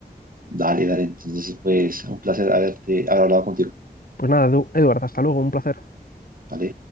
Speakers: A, on the right; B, on the left.
A: Dale, dale. Entonces, pues un placer haberte haber hablado contigo.
B: Pues nada, Edu- Edward, hasta luego, un placer.
A: ¿Vale?